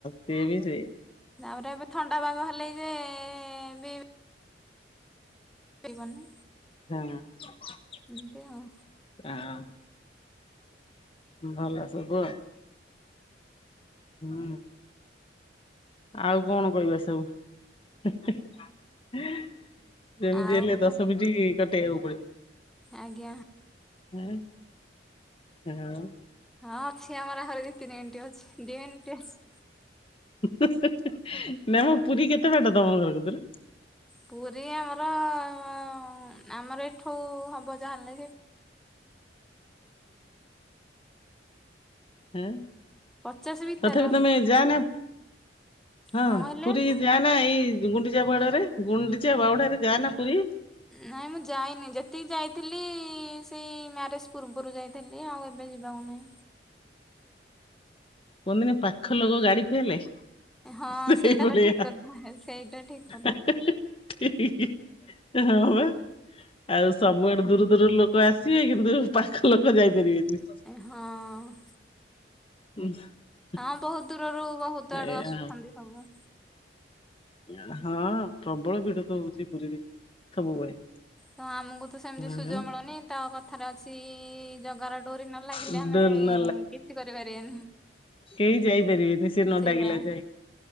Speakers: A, on the left; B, in the centre.
A: ସିଏ ବି ସେଇ।
B: ତାପରେ ଏବେ ଥଣ୍ଡା ପାଗ ହେଲେଇ ଯେ <unintelligible> ଏଇବନି
A: <unintelligible>
B: ଏନ୍ତି ଆଉ।
A: ଆଁ ଭଲ ସବୁ ଆଉ। ହୁଁ ଆଉ କଣ କଇବା ସବୁ? ହିଁ ହିଁ ଯେମିତି
B: ଆଉ
A: ହେଲେ ଦଶ ମିଣ୍ଟି କଟେଇଆକୁ ପଡିବ।
B: ଆଜ୍ଞା।
A: ଆଉ ଆଉ
B: ହଁ ଅଛି ଆମର ଆହୁରି ଦି ତିନି ମିଣ୍ଟି ଅଛି ଦି ମିନିଟି ଅଛି।
A: ନାଇ ମ ପୁରୀ କେତେ ବାଟ ତମ ଘର କତିରୁ?
B: ପୁରୀ ଆମର ଉଁ ଆମର ଏଠୁ ହବ ଯାହା ହେଲେ ହେଇ
A: ହୁଁ
B: ପଚାଶ ଭିତରେ
A: ତଥାପି
B: ହବ
A: ତମେ ଯା ନା ହଁ
B: କଣ କହିଲେ?
A: ପୁରୀ ଯା ନା ଏଇ ଯୋଉ ଗୁଣ୍ଡିଚା ବାହୁଡାରେ ଗୁଣ୍ଡିଚା ବାଉଡାରେ ଯା ନା ପୁରୀ?
B: ନାଇଁ ମୁଁ ଯାଇନି ଯେତିକି ଯାଇଥିଲି ସେଇ ମ୍ୟାରେଜ ପୂର୍ବରୁ ଯାଇ ଥିଲି ଆଉ ଏବେ ଯିବାକୁ ନାହିଁ।
A: କୁହନ୍ତିନି ପାଖ ଲୋକ ଗାଡି ଫେଲେ।
B: ହଁ
A: ସେଇ
B: ସେଇଟା
A: ଭଳିଆ
B: ତ ଠିକ କଥା ସେଇଟା ଠିକ କଥା।
A: ହେ ହେ ହେ ଠିକି। ଏ ହଁ ବା। ଆଉ ସବୁଆଡୁ ଦୂରୁ ଦୂରୁରୁ ଲୋକ ଆସିବେ କିନ୍ତୁ ପାଖ ଲୋକ ଯାଇପାରିବେନି।
B: ହଁ
A: <unintelligible>
B: ହଁ ବୋହୁତ ଦୂରରୁ ବୋହୁତ
A: ଏଇଆ
B: ଆଡୁ ଆସୁଛନ୍ତି ସବୁ।
A: ଆ ହଁ ପ୍ରବଳ ଭିଡ ତ ହଉଚି ପୁରୀରେ ସବୁବେଳେ।
B: ତ ଆମକୁ ତ ସେମିତି
A: ହଁ
B: ସୁଯୋଗ
A: ବା।
B: ମିଳୁନି ତ କଥାରେ ଅଛି ଜଗାର ଡୋରି ନ ଲାଗିଲେ
A: ଡୋର
B: ଆମେ
A: ନ
B: କିଛି କରିପାରିବାନି।
A: କେଇ ଯାଇପାରିବେନି। ସେ ନ
B: ସେଇଆ
A: ଡାକିଲା ଯାଏ।